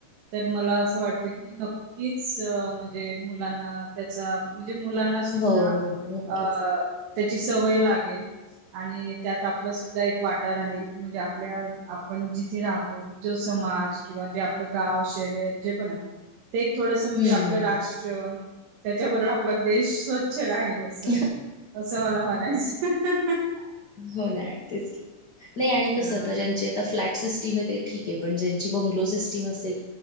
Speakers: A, on the right; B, on the left.
A: तर मला असं वाटत की नक्कीच म्हणजे मुलाना त्याचा म्हंजे मुलांना सुद्धा
B: हो हो हो नक्कीच
A: अ त्याची सवय लागेल आणि त्यात आपला सुद्धा एक वाटा राहील म्हणजे आपल्या आपण जिथे राहतो जो समाज समाज किंवा जे आपलं गाव शहर जे पण आहे ते एक थोडस म्हणजे
B: हम्म,
A: आपलं
B: हम्म,
A: राष्ट्र त्याच्याबरोबर आपला देश स्वच्छ राहील असं
B: हम्म.
A: अस मला म्हणायचं <unintelligible>
B: होना तेच की कस
A: हा.
B: आ ज्यांचे आता फ्लॅट सिस्टीम आहे ते ठीक आहे पण ज्यांची बंगलो सिस्टीम असेल